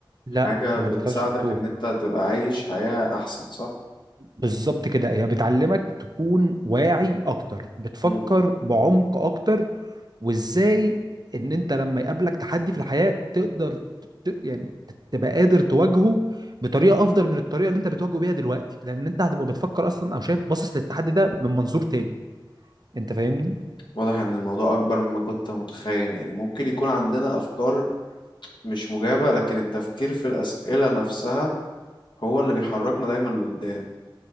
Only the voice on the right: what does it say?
لا
ما
بتخليش التوه
بالظبط كده هي بتعلمك تكون واعي اكتر بتفكر
بعمق اكتر وازاي ان انت لما يقابلك تحدي في الحياة تقدر ت... يعني تبقى قادر تواجهه بطريقة افضل من الطريقة اللي انت بتواجهه بيها دلوقتي لان انت هتبقى بتفكر اصلا او شايف باصص للتحدي ده من منظور تاني انت فاهمني